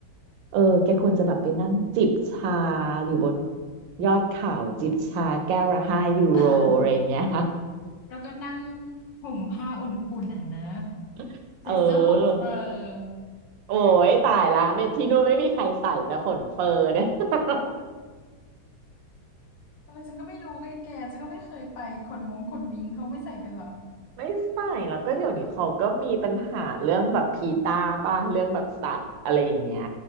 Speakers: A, on the right; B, on the left.
A: เออแกควรจะแบบไปนั่งจิบชาอยู่บนยอดเขาจิบชาแก้วละห้ายูโรอะไรอย่างเงี้ย
B: <laughs> แล้วก็นั่งห่มผ้าอุ่นๆน่ะนะ
A: <laughs>
B: ใส่เสื้อขนเฟิร์ม
A: เออโอ้ยตายละไม่ที่นู่นไม่มีใครใส่นะขนเฟอร์เนี่ย <laughs>
B: เออฉันก็ไม่รู้ไงแกฉันก็ไม่เคยไปขนมงขนมิงเขาไม่ใส่กันเหรอ
A: ไม่ใส่แล้วก็เดี๋ยวนี้เขาก็มีปัญหาเรื่องแบบพีตาป่ะเรื่องแบบสัตว์อะไรอย่างเงี้ย